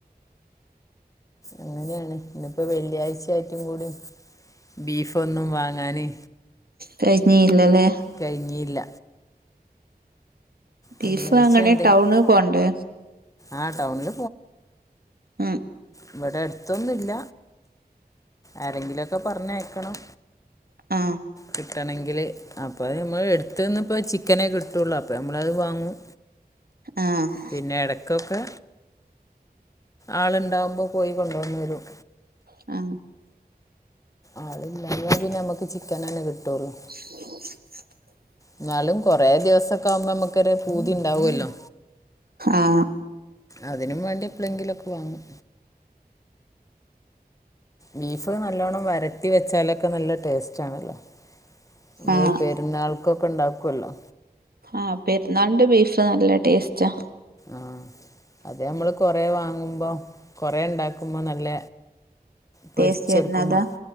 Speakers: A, on the left; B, on the right.
A: അങ്ങനെണ് ഇന്നപ്പോ വെള്ളിയാഴ്ച ആയിട്ടും കൂടി ബീഫ് ഒന്നും വാങ്ങാന്
B: കഴിഞ്ഞിയില്ലല്ലേ.
A: കയ്‌ഞ്ഞീല്ല
B: ബീഫാങ്ങണേൽ
A: വെള്ളിയാഴ്ച എന്തെങ്കിലും
B: ടൗണ് പോണ്ടേ?
A: ആ ടൗണിൽ
B: മ്
A: ഇവ്ടെ അട്ത്തൊന്നുല്ല ആരെങ്കിലൊക്കെ പറഞ്ഞയക്കണം.
B: ആ
A: കിട്ടണേങ്കില് അപ്പോ അത് ഞമ്മള് എടുത്ത്ന്ന് ഇപ്പോ ചിക്കനേ കിട്ടുള്ളൂ അപ്പോ ഞമ്മളത് വാങ്ങും.
B: ആഹ്.
A: പിന്നെ എടക്കൊക്കെ ആള്ണ്ടാവുമ്പോ പോയി കൊണ്ടു വന്ന് തരും.
B: ആ
A: ആളില്ലാഞ്ഞാ പിന്നെ നമ്മക്ക് ചിക്കനെന്നെ കിട്ടൊള്ളു.
B: <inaudible>
A: ഇന്നാലും കൊറേ ദിവസൊക്കെ ആവുമ്പോ നമുക്കൊരു പൂതി ഇണ്ടാവൊല്ലോ.
B: ആഹ്.
A: അതിനും വേണ്ടി എപ്പളെങ്കിലുക്കെ വാങ്ങും. ബീഫ് നല്ലോണ്ണം വരട്ടി വെച്ചാലൊക്കെ നല്ല ടേസ്റ്റ് ആണല്ലോ. നമ്മള്
B: ആഹ്
A: പെ പെരുന്നാൾക്കൊക്കെ ഉണ്ടാക്കുല്ലോ.
B: ആഹ് പെര്ന്നാൾന്റെ ബീഫ് നല്ല ടേസ്റ്റാ.
A: ആഹ്. അത് ഞമ്മള് കൊറേ വാങ്ങുമ്പോ കൊറേ ഉണ്ടാക്കുമ്പോ നല്ല പൊര്ച്ചെട്ക്ക്മ
B: ടേസ്റ്റ് വരുന്നതാ